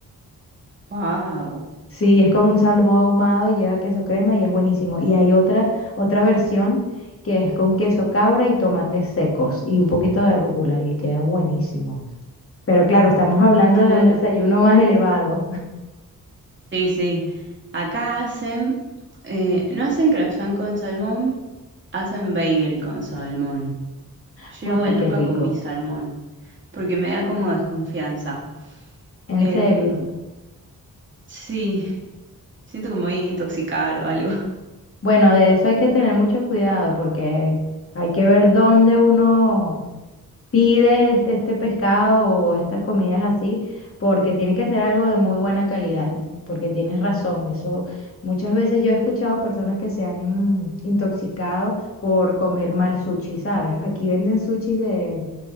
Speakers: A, on the right; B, on the left.
A: Wow.
B: Sí, es como un salmón ahumado, lleva queso crema y es buenísimo. Y hay otra, otra versión que es con queso cabra y tomates secos y un poquito de rúcula y queda buenísimo. Pero claro, estamos hablando
A: Claro.
B: de un desayuno más elevado.
A: Sí, sí. Acá hacen, eh, no hacen croissant con salmón, hacen bagel con salmón.
B: <laughs>
A: Yo igual
B: Ay, qué
A: nunca
B: rico,
A: comí salmón, porque me da como desconfianza.
B: en
A: Em,
B: serio.
A: sí, siento que me voy a intoxicar o algo. <laughs>
B: Bueno, de eso hay que tener mucho cuidado porque hay que ver dónde uno pide este, este pescado o estas comidas así, porque tiene que ser algo de muy buena calidad, porque tienes razón. Eso muchas veces yo he escuchado a personas que se han mm, intoxicado por comer mal sushi, ¿sabes? Aquí venden sushis de